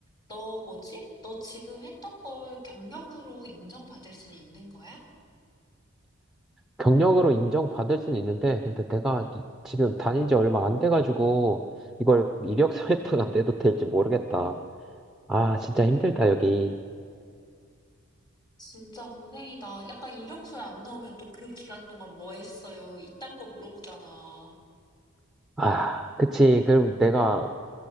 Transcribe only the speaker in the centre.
경력으로 인정받을 수는 있는데, 근데 내가 이- 지금 다닌 지 얼마 안 돼가지고, 이걸 이력서에다가 <laughs> 내도 될지 모르겠다. 아, 진짜 힘들다,
여기.
아, 그치. 그럼 내가